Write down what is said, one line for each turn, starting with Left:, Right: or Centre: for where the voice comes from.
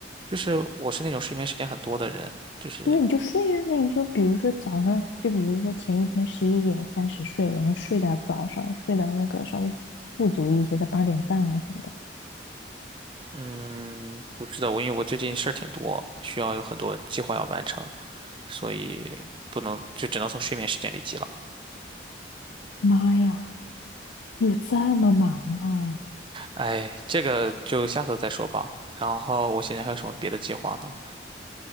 Right: 就是我是那种睡眠时间很多的人，就是
Left: 那你就睡呀、啊那你就比如说早上，就比如说前一天十一点三十睡，然后睡到早上，睡到那个稍微富足一些的八点半啊什么的。
Right: 嗯，不是的，我因为我最近事儿挺多，需要有很多计划要完成，所以不能就只能从睡眠时间里挤了。
Left: 妈呀，有这么忙啊？
Right: 哎，这个就下次再说吧。然后我现在还有什么别的计划呢？